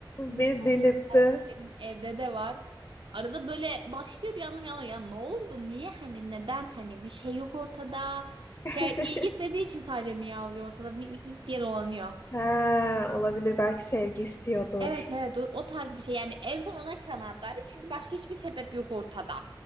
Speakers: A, on the right; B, on the left.
A: bilmiyorum
B: beni delirtti.
A: her zor benim evde de var. Arada böyle başlıyor bir anlam ya. Ya ne oldu? Niye hani neden hani bir şey yok ortada. Şey
B: <laughs>
A: ilgi istediği için sadece miyavlıyor ortada mik mik mik diye dolanıyor.
B: Ha, olabilir. Belki sevgi istiyordur.
A: Evet evet o, o tarz bir şey yani en son ona kanaat çünkü başka hiçbir sebep yok ortada.